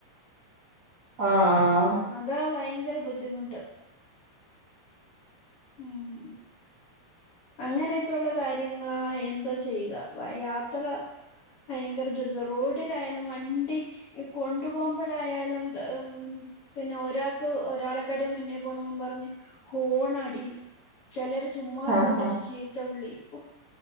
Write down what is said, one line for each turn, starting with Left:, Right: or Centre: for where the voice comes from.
Right: ആഹ് ആഹ്
Left: അതാ ഭയങ്കര ബുദ്ധിമുട്ട് ഉം അങ്ങനെയൊക്കെള്ള കാര്യങ്ങളാ എന്തോ ചെയ്യുക യാത്ര ഭയങ്കര ദുരിതവ റോഡിലായാലും വണ്ടി കൊണ്ടു പോകുമ്പോഴായാലും ഉം പിന്നെ ഒരാക്ക് ഒരാളെക്കാട്ടിലും മുന്നേ പോണംന്നും പറഞ്ഞ് ഹോണടി ചിലര് ചുമ്മാതെ
Right: ആഹ്
Left: കൊണ്ട്
Right: ആഹ്
Left: ചീത്ത വിളി ഒ